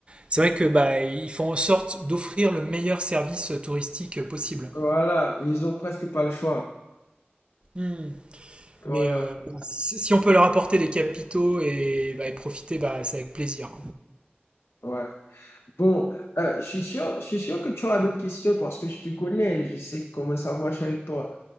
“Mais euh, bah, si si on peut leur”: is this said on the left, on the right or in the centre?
Right